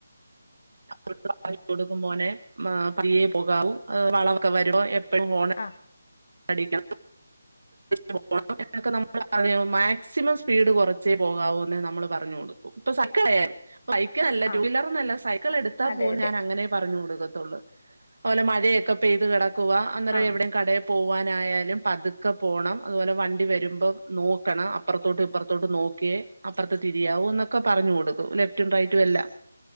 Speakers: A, on the right; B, on the left.
A: <unintelligible> കൊടുക്കും പോനെ പതിയെ പോകാവൂ വളവോക്ക വരു മ്പോ ഹോൺ
B: ആ
A: <unintelligible> അടിക്കാ ണ <unintelligible> നമ്മ മാക്സിമം സ്പീഡ് കുറച്ചേ പോകാവൂ എന്ന് നമ്മൾ പറഞ്ഞ് കൊടുക്കും സൈക്കിള ബൈക്ക് നല്ല
B: ആ
A: ടു വീലറി നല്ല സൈക്കിൾ എടുത്താൽ
B: അതെ
A: പോ
B: അതെ
A: ഞാൻ അങ്ങനെ പറഞ്ഞു കൊടുക്കത്തൊള്ളൂ അതുപോലെ മഴയൊക്കെ പെയ്ത് കെടക്കുവ അന്നേരം
B: ആ
A: എവിടെയും കട പോകാനായാലും പതുക്കെ പോകണം അതുപോലെ വണ്ടി വരുമ്പോ നോക്കണം അപ്പുറത്തോട്ടും ഇപ്പുറത്തോട്ടും നോക്ക ക്കെ അപ്പറത്ത് തിരിയാവൂ എന്നൊക്കെ പറഞ്ഞു കൊടുക്കും ലെഫ്റ്റും റൈറ്റും എല്ലാം